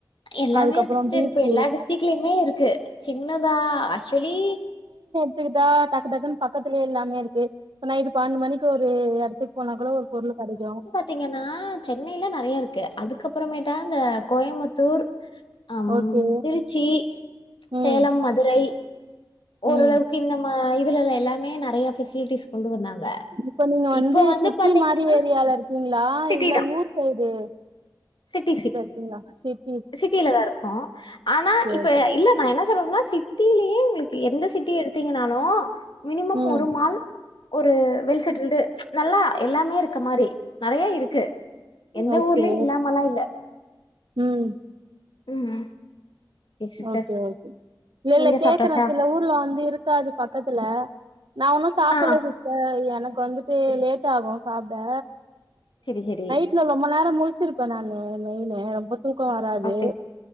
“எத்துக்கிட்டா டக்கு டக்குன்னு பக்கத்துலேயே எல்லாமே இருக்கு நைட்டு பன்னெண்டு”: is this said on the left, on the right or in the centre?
Right